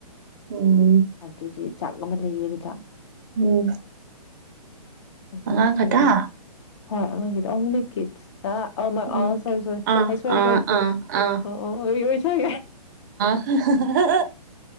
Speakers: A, on the right; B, on the left.
A: ꯎꯝ
B: ꯑꯗꯨꯒꯤ ꯆꯥꯛ ꯑꯃ ꯂꯩꯌꯦ ꯑꯗꯨꯗ
A: ꯎꯝ
B: ꯑꯗꯨꯗꯒꯤ
A: ꯑꯉꯥꯡ ꯈꯇꯥ
B: ꯍꯣꯏ ꯑꯉꯥꯡꯒꯤꯗ ꯑꯣꯡꯂꯤ ꯀꯤꯠꯁ ꯑ ꯑ
A: ꯎꯝ
B: ꯑ ꯁꯣꯔꯤ ꯁꯣꯔꯤ
A: ꯑꯥ
B: ꯍꯥꯏ ꯁꯔꯦ
A: ꯑꯥ
B: ꯁꯣꯏꯔꯦ
A: ꯑꯥ ꯑꯥ
B: ꯑꯣ ꯑꯣ ꯑꯣꯏ ꯑꯣꯏ ꯁꯣꯏ
A: <unintelligible> <inaudible>